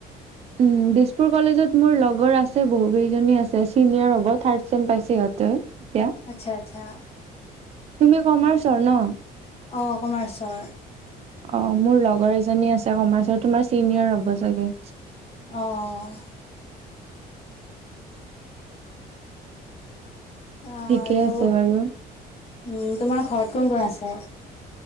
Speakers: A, on the right; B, on the left.
A: উম দিছপুৰ কলেজত মোৰ লগৰ আছে বহু কেইজনী আছে চিনিয়ৰ হ'ব থাৰ্ড চেম পাইছে সিহঁতে। এতিয়া,
B: আচ্ছা আচ্ছা,
A: তুমি কমাৰ্চৰ ন।
B: অঁ কমাৰ্চৰ।
A: অঁ মোৰ লগৰ এজনী আছে কমাৰ্চৰ তোমাৰ চিনিয়ৰ হ'ব চাগে।
B: অঁ অঁ। আৰু
A: ঠিকে আছে বাৰু,
B: উম তোমাৰ ঘৰত কোন কোন আছে।